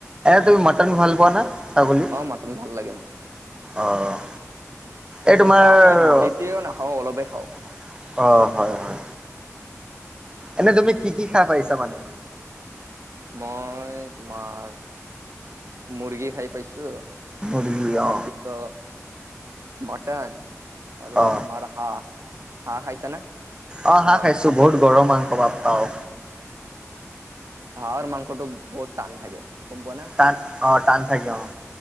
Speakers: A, on the right; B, on the right.
A: তুমি মাটন ভাল পোৱা না? ছাগলী
B: অ মাটন ভাল লাগে মোৰ।
A: অ' এই তোমাৰ
B: খাওঁ
A: অ'
B: মই বেছিও নাখাওঁ অলপে খাওঁ
A: হয়-হয়।
B: খালে
A: এনে তুমি কি-কি খাই পাইছা মানে?
B: মই তোমাৰ মুৰ্গী খাই পাইছোঁ,
A: মুৰ্গী
B: তাৰপিছত
A: অ
B: মটন আৰু
A: অ
B: তোমাৰ হাঁহ। হাঁহ খাইছানে?
A: অ হাঁহ
B: অ'-অ'-অ'
A: খাইছো বহুত গৰম মাংস বাপ্পা অ
B: হাঁহৰ মাংসটো বহুত টান থাকে গম পোৱানে?
A: টান অ' টান থাকে অ'